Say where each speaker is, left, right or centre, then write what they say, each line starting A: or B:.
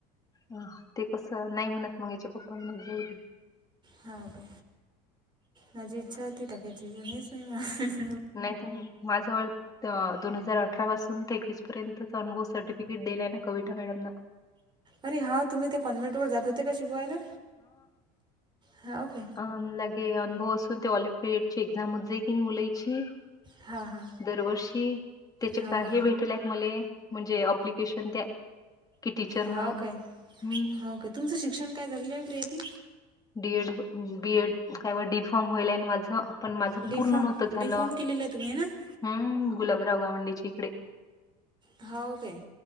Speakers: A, on the left; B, on the right.
A: अ ते कसं नाही म्हणत मग याच्या पप्पा म जाईल.
B: हा ओके माझी इच्छा होती टाक्यायची पणीच नाही म
A: नाही तर माझ्यावर... दोन हजार अठरा पासून तर एकवीस पर्यंतचा अनुभव सर्टिफिकेट दिलाय ना कविता मॅडमला...
B: अरे हा तुम्ही त्या कॉनव्हेट वर जात होते का शिकवायला... हा ओके
A: अ लागे... ते ऑलिपिट ची एक्झाम हो जा की नाही मुलायची...
B: हां हां
A: दरवर्षी त्याचे
B: हां
A: काही भेटल आहेत मले... म्हणजे अप्लिकेशन द्या की टीचर म्हणून
B: हा ओके
A: ह...
B: हा ओके तुमचं शिक्षण काय झालेलं आहे प्रियाती
A: डीएड बीएड काय डीफॉर्म होईलय माझ.. पण माझ पूर्ण
B: डी फॉर्म
A: नव्हत झालं
B: डी फॉर्म केलेलं आहे तुम्ही है ना
A: हम गुलाबराव गा.. च्या इकडे...
B: भाव काे...